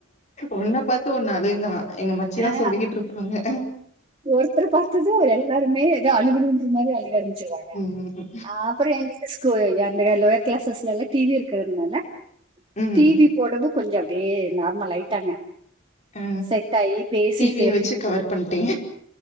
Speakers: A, on the left; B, on the right.
A: ஒண்ண பாத்து ஒண்ணு ஆழுகுங்களா எங்க மச்சி தா
B: ஆ
A: சொல்லிக்கிட்டு இருப்பாக
B: ஒருத்தர பாத்து எல்லாருமே ஏதோ அழுவனுன்ற மாரி அழுக ஆரம் ச்சிருவாங்க
A: ம்
B: அ அப்றம் எங்கள்க்கு ஸ்கூ அந்த லோயர் கிளாஸஸ்லலா டி வி இருக்கறத்னால
A: ம்
B: டி வி ஒடம்பு கொஞ்ச அப்டியே நார்மல் ஆயிட்டாங்க
A: ஆ
B: செட் ஆய் பேசிட்டு
A: டி விய வச்சு கவர் பண்டிங்க